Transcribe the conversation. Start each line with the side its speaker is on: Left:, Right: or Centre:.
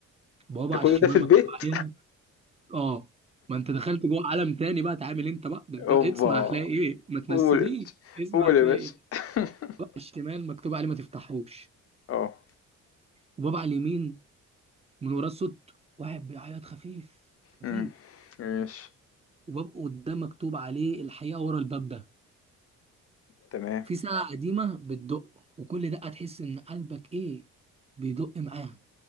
Right: بوابه
Left: ده
Right: على
Left: كل
Right: الشمال
Left: ده في البيت؟
Right: مكتوب عليها اه ما انت دخلت جوه عالم تاني بقى تعامل انت بقى ده انت
Left: أوبا!
Right: اسمع هتلاقي ايه ما تنسينيش
Left: قُل يا باشا،
Right: اسمع
Left: قُل
Right: هتلاقي
Left: يا باشا.
Right: ايه
Left: <laughs>
Right: بقى على الشمال مكتوب عليه ما تفتحوش
Left: آه.
Right: وباب على اليمين من وراه صوت واحد بيعيط خفيف خفيف
Left: إمم. ماشي،
Right: وباب قدام مكتوب عليه الحقيقه ورا الباب ده
Left: تمام،
Right: في ساعة قديمة بتدق وكل دقة تحس إن قلبك إيه بيدق معاها